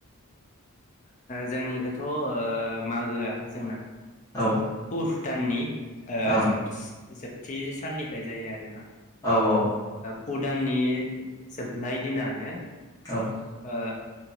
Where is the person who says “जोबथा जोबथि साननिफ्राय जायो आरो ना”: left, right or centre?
Left